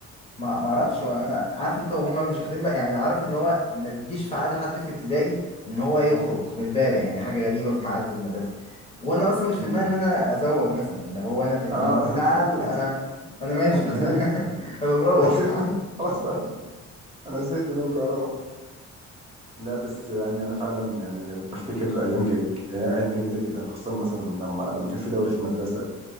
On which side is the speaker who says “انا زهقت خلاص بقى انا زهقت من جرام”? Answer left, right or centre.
Right